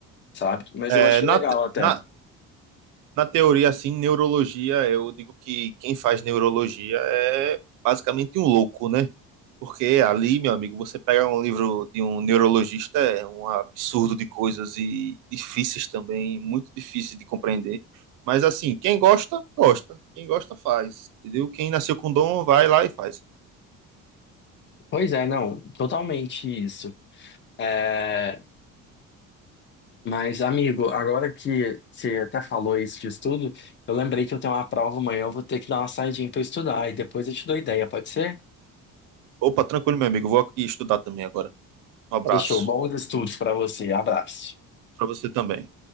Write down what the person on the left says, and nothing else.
sabe? Mas
eu achei
legal até.
Pois é, não, totalmente isso. É, Mas, amigo, agora que você até falou isso de estudo, eu lembrei que eu tenho uma prova amanhã, eu vou ter que dar uma saidinha para estudar e depois eu te dou ideia, pode ser?
Fechou, bons estudos para você, abraço.